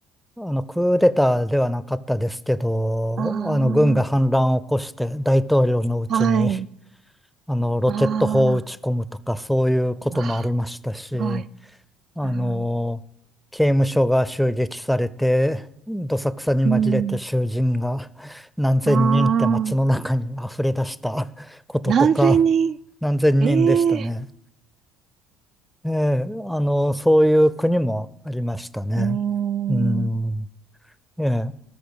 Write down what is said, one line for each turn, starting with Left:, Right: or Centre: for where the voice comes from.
Centre: あの、クーデターではなかったですけど、
Right: あ
Centre: あの、軍が反乱を起こして大統領のうちに、
Right: あ、はい、
Centre: あの、ロケット砲を撃ち込むとか、
Right: ああ、
Centre: そういうこともありましたし、
Right: うわ、すごい。
Centre: あの、
Right: あー
Centre: 刑務所が襲撃されて、どさくさに紛れて囚人が何千人って街の中に溢れ出したこととか、
Right: うん、うん、ああ、何千人
Centre: 何千人でしたね。
Right: ええ
Centre: ええ、あの、そういう国もありましたね。
Right: うーん、
Centre: うん、ええ、